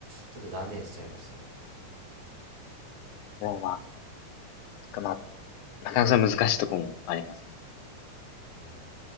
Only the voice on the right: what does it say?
ちょっと断念しちゃいましたね。
うん。